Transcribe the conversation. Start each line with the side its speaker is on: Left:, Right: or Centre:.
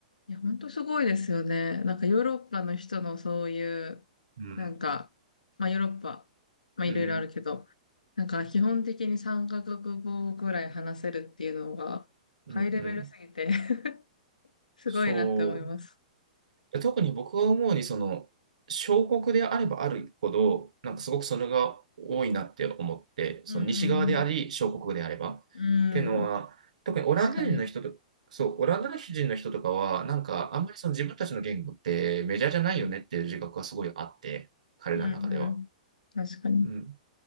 Left: いや、本当すごいですよね。なんかヨーロッパの人のそういう、
Right: うん、
Left: なんか、まあヨーロッパ、まあいろいろあるけど、
Right: うん、
Left: なんか基本的に三カ国語ぐらい話せるっていうのが、ハイレベルすぎて
Right: うん、うん。
Left: <laughs> すごいなって思います。
Right: そう。特に僕が思うに、その、小国であればあるほど、なんかすごくそれが多いなって思って、その西側であり、
Left: うんうん
Right: 小国であれば。ってのは、
Left: うん。うん、
Right: 特にオランダ人の人と、
Left: 確かに。
Right: そう、オランダ人の人とかは、なんかあんまりその自分たちの言語ってメジャーじゃないよねっていう自覚がすごいあって、
Left: うん、
Right: 彼らの中では。
Left: うんうん。確かに。
Right: うん。